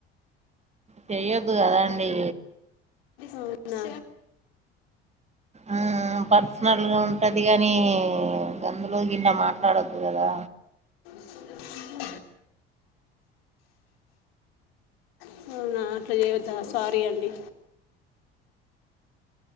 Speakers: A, on the right (about 20°); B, on the left (about 75°).
A: చెయ్యొద్దు కదా అండి
B: అవునా
A: ఆ ప సనలుగా ఉంటది గానీ గందులో గింత మాట్లాడద్దు కదా
B: మ్మ్ హ్మ్ అవునా అట్లా చేయొద్దా సారీ అండి